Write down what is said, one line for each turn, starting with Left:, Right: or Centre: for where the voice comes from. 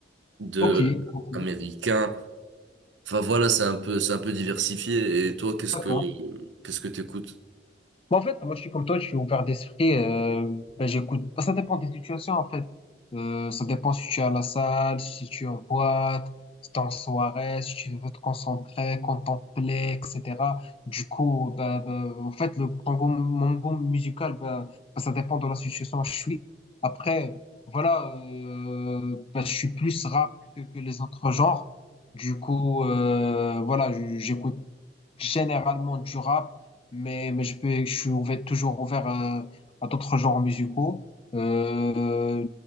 Right: de
Left: ok, ok,
Right: américains. Enfin voilà, c'est un peu, c'est un peu diversifié. Et toi, qu'est-ce
Left: d'accord.
Right: que, qu'est-ce que t'écoutes?
Left: Bon, en fait, moi, je suis comme toi, je suis ouvert d'esprit. Euh, ben, j'écoute. Bah, ça dépend des situations, en fait. Euh, ça dépend si tu es à la salle, si tu es en boîte, si tu es en soirée, si tu veux te concentrer, contempler, etc. Du coup, ben, ben, en fait, le, mon goût, mon goût musical, ben, ben, ça dépend de la situation où je suis. Après, voilà, euh, ben, je suis plus rap que, que les autres genres. Du coup, euh, voilà, je- j'écoute généralement du rap mais, mais je peux, je suis ouvert- toujours ouvert euh, à d'autres genres musicaux. Euh,